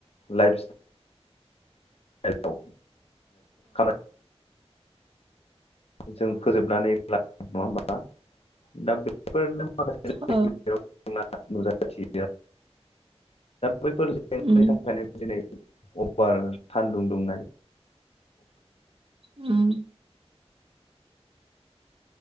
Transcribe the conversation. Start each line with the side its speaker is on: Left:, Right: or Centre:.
Left: लाइफ स्टाइलाव ओ कामाय जों फोजोबनानै ला नङा होमा दा बेफोरनो माखासे <unintelligible>
Right: औ
Left: बैफोर जेंनानि
Right: उम
Left: थाखायनो दिनै अफार सान्दुं दुंनाय
Right: उम।